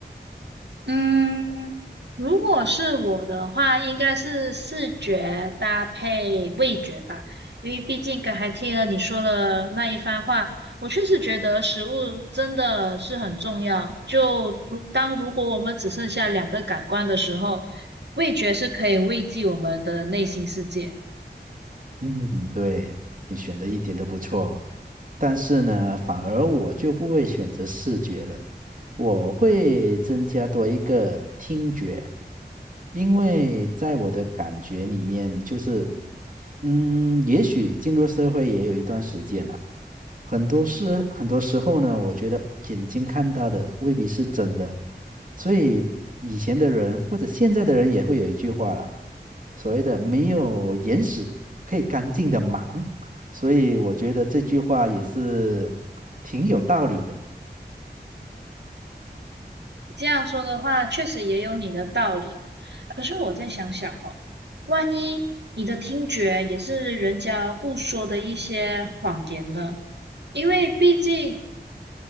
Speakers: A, on the right (about 80°); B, on the right (about 50°).
A: 嗯，如果是我的话，应该是视觉搭配味觉吧，因为毕竟刚才听了你说的那一番话，我确实觉得食物真的是很重要。就如当如果我们只剩下两个感官的时候，味觉是可以慰藉我们的内心世界。
B: 嗯，对，你选的一点都不错，但是呢，反而我就不会选择视觉了，我会增加多一个听觉。因为在我的感觉里面，就是，嗯，也许进入社会也有一段时间了，很多事，很多时候呢，我觉得眼睛看到的未必是真的，所以以前的人或者现在的人也会有一句话啦，所谓的没有眼屎可以干净的忙，所以我觉得这句话也是挺有道理的。
A: 你这样说的话，确实也有你的道理。可是我再想想哦，万一你的听觉也是人家误说的一些谎言呢？因为毕竟